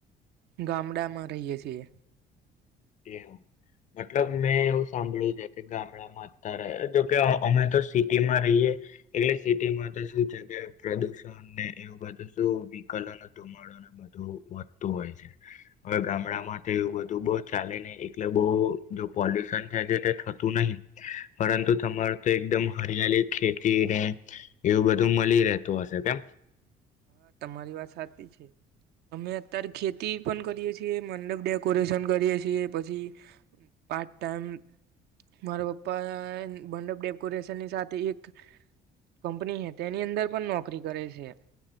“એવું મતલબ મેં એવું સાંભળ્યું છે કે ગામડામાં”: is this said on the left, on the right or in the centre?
Left